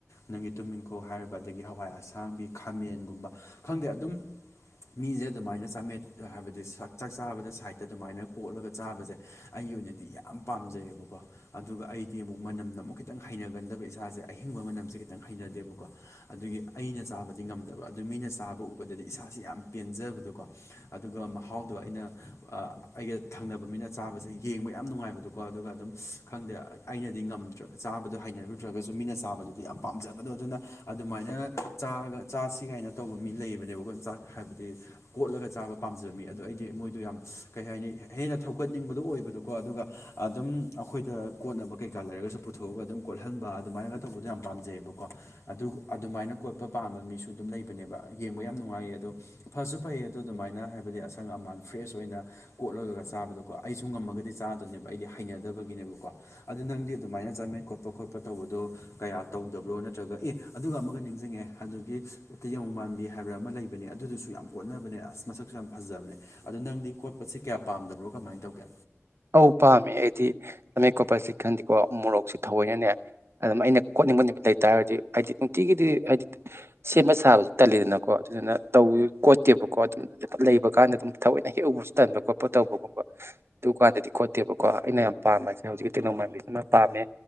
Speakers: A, on the left (about 75°); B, on the right (about 55°).
A: ꯅꯪꯒꯤ ꯇꯨꯅꯤꯡꯈꯣꯛ ꯍꯥꯏꯔꯤꯕ ꯑꯗꯒꯤ ꯍꯋꯥꯏ ꯑꯁꯥꯡꯕꯤ ꯈꯥꯃꯦꯟꯒꯨꯝꯕ ꯈꯪꯗꯦ ꯑꯗꯨꯝ ꯃꯤꯁꯦ ꯑꯗꯨꯃꯥꯏꯅ ꯆꯥꯃꯦꯠ ꯍꯥꯏꯕꯗꯤ ꯁ ꯆꯥꯛ ꯆꯥꯕꯗ ꯁꯥꯏꯠꯇ ꯑꯗꯨꯃꯥꯏꯅ ꯀꯣꯠꯂꯒ ꯆꯥꯕꯁꯦ ꯑꯩ ꯑꯩꯒꯤ ꯑꯣꯏꯅꯗꯤ ꯌꯥꯝ ꯄꯥꯝꯖꯩꯌꯦꯕꯀꯣ ꯑꯗꯨꯒ ꯑꯩꯗꯤ ꯑꯃꯨꯛ ꯃꯅꯝꯅ ꯑꯃꯨꯛ ꯈꯤꯇꯪ ꯍꯩꯅꯒꯟꯗꯕ ꯏꯁꯥꯁꯦ ꯑꯍꯤꯡꯕ ꯃꯅꯝꯁꯦ ꯈꯤꯇꯪ ꯍꯩꯅꯗꯦꯕꯀꯣ ꯑꯗꯨꯒꯤ ꯑꯩꯅ ꯆꯥꯕꯗꯤ ꯉꯝꯗꯕ ꯑꯗꯨ ꯃꯤꯅ ꯆꯥꯕ ꯎꯕꯗꯗꯤ ꯏꯁꯥꯥꯁꯦ ꯌꯥꯝ ꯄꯦꯟꯖꯕꯗꯣꯀꯣ ꯑꯗꯨꯒ ꯃꯍꯥꯎꯗꯣ ꯑꯩꯅ ꯑꯩꯒ ꯊꯪꯅꯕ ꯃꯤꯅ ꯆꯥꯕꯁꯦ ꯌꯦꯡꯕ ꯌꯥꯝ ꯅꯨꯡꯉꯥꯏꯕꯗꯣꯀꯣ ꯑꯗꯨꯒ ꯑꯗꯨꯝ ꯈꯪꯗꯦ ꯑꯩꯅꯗꯤ ꯉꯝꯗ꯭ꯔꯦ ꯆꯥꯕꯗꯣ ꯍꯩꯅꯔꯨꯗ꯭ꯔꯒꯁꯨ ꯃꯤꯅ ꯆꯥꯕꯗꯨꯗꯤ ꯌꯥꯝ ꯄꯥꯝꯖꯕꯗꯣ ꯑꯗꯨꯅ ꯑꯗꯨꯃꯥꯏꯅ ꯆꯥꯒ ꯆꯥꯁꯤ ꯀꯥꯏꯅ ꯇꯧꯕ ꯃꯤ ꯂꯩꯕꯅꯦꯕꯀꯣ ꯆꯥꯛ ꯍꯥꯏꯕꯗꯤ ꯀꯣꯠꯂꯒ ꯆꯥꯕ ꯄꯝ ꯄꯥꯝꯖꯃꯤ ꯑꯗꯣ ꯑꯩꯗꯤ ꯃꯣꯏꯗꯣ ꯌꯥꯝ ꯀꯩ ꯍꯥꯏꯅꯤ ꯍꯦꯟꯅ ꯊꯧꯒꯠꯅꯤꯡꯕꯗꯣ ꯑꯣꯏꯕꯗꯣꯀꯣ ꯑꯗꯨꯒ ꯑꯗꯨꯝ ꯑꯩꯈꯣꯏꯗ ꯀꯣꯠꯅꯕ ꯀꯩꯀꯥ ꯂꯩꯔꯒꯁꯨ ꯄꯨꯊꯣꯛꯑꯒ ꯑꯗꯨꯝ ꯀꯣꯠꯍꯟꯕ ꯑꯗꯨꯃꯥꯏꯅꯒ ꯇꯧꯕꯗꯣ ꯌꯥꯝ ꯄꯥꯝꯖꯩꯑꯕꯀꯣ ꯑꯗꯨ ꯑꯗꯨꯃꯥꯏꯅ ꯀꯣꯠꯄ ꯄꯥꯝꯕ ꯃꯤꯁꯨ ꯑꯗꯨꯝ ꯂꯩꯕꯅꯦꯕ ꯌꯦꯡꯕ ꯌꯥꯝ ꯅꯨꯡꯉꯥꯏꯌꯦ ꯑꯗꯣ ꯐꯁꯨ ꯐꯩꯌꯦ ꯑꯗꯨ ꯑꯗꯨꯃꯥꯏ ꯑꯁꯪ ꯑꯃꯥꯟ ꯐ꯭ꯔꯦꯁ ꯑꯣꯏꯅ ꯀꯣꯠꯂꯒ ꯆꯥꯕꯗꯣ ꯀꯣ ꯑꯩꯁꯨ ꯉꯝꯃꯒꯗꯤ ꯆꯥꯗꯣꯏꯅꯦꯕ ꯑꯩꯗꯤ ꯍꯩꯅꯗꯕ ꯕꯒꯤꯅꯦꯕꯀꯣ ꯑꯗꯨ ꯅꯪꯗꯤ ꯑꯗꯨꯃꯥꯏꯅ ꯆꯠꯃꯤꯟ ꯈꯣꯠꯄ ꯈꯣꯠꯄ ꯇꯧꯕꯗꯣ ꯀꯌꯥ ꯇꯧꯗꯕ꯭ꯔꯣ ꯅꯠꯇ꯭ꯔꯒ ꯑꯦ ꯑꯗꯨꯒ ꯑꯃꯒ ꯅꯤꯡꯁꯤꯡꯉꯛꯑꯦ ꯑꯗꯨꯒꯤ ꯌꯣꯡ ꯃꯥꯟꯕꯤ ꯍꯥꯏꯕꯔꯥ ꯑꯃ ꯂꯩꯕꯅꯦ ꯑꯗꯨꯗꯨꯁꯨ ꯌꯥꯝ ꯀꯣꯠꯅꯕꯅꯦ ꯑꯁ ꯃꯁꯛꯁꯨ ꯌꯥꯝ ꯐꯖꯕꯅꯦ ꯑꯗꯣ ꯅꯪꯗꯤ ꯀꯣꯠꯄꯁꯤ ꯀꯌꯥ ꯄꯥꯝꯗꯕ꯭ꯔꯣ ꯀꯃꯥꯏ ꯇꯧꯒꯦ
B: ꯑꯧ ꯄꯥꯝꯃꯦ ꯑꯩꯗꯤ ꯑꯃꯦꯠ ꯀꯣꯄꯔꯁꯤꯛ ꯈꯟꯗꯤꯀꯣ ꯎꯃꯣꯔꯣꯛꯁꯤ ꯊꯑꯣꯏꯅꯅꯦ ꯑꯗꯨꯝ ꯑꯩꯅ ꯀꯣꯠꯅꯤꯡꯕ ꯅꯨꯃꯤꯠ ꯂꯩꯇꯥꯥꯔꯗꯤ ꯍꯥꯏꯗꯤ ꯅꯨꯡꯇꯤꯒꯤꯗꯤ ꯍꯥꯏꯗꯤ ꯁꯦꯝꯕ ꯁꯥꯕꯁꯤ ꯇꯜꯂꯤꯗꯅꯀꯣ ꯑꯗꯨꯅ ꯇꯧꯋ ꯀꯣꯠꯇꯦꯕꯀꯣ ꯑꯗꯨꯝ ꯂ ꯂꯩꯕ ꯀꯥꯟꯗ ꯑꯗꯨꯝ ꯊꯑꯣꯏꯅ ꯍꯦꯛ ꯎꯕꯁꯨ ꯇꯟꯕ ꯈꯣꯠꯄ ꯇꯧꯕ ꯀꯣꯠꯄ ꯑꯗꯨꯀꯥꯟꯗꯗꯤ ꯀꯣꯠꯇꯦꯕꯀꯣ ꯑꯩꯅ ꯌꯥꯝ ꯄꯥꯝꯕ ꯍꯥꯏꯁꯦ ꯍꯧꯖꯤꯛꯀꯤ ꯇꯦꯡꯅꯧ ꯃꯟꯕꯤꯁꯤꯃ ꯄꯥꯝꯃꯦ